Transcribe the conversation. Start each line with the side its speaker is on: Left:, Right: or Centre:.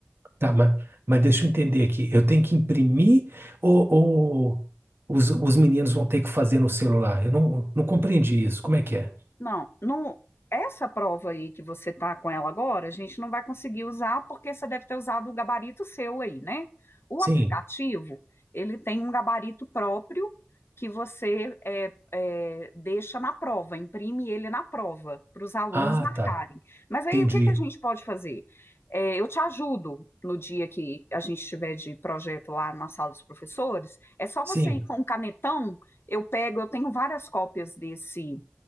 Right: Tá, mas, mas deixa eu entender aqui. Eu tenho que imprimir ou, ou os, os meninos vão ter que fazer no celular? Eu não, não compreendi isso. Como é que é?
Left: Não, não, essa prova aí que você tá com ela agora, a gente não vai conseguir usar porque você deve ter usado o gabarito seu aí, né? O
Right: Sim.
Left: aplicativo, ele tem um gabarito próprio que você é, é, deixa na prova, imprime ele na prova para os alunos
Right: Ah,
Left: marcarem.
Right: tá.
Left: Mas aí
Right: Entendi.
Left: o que que a gente pode fazer? É, eu te ajudo no dia que a gente estiver de projeto lá na sala dos professores. É só
Right: Sim.
Left: você ir com um canetão, eu pego, eu tenho várias cópias desse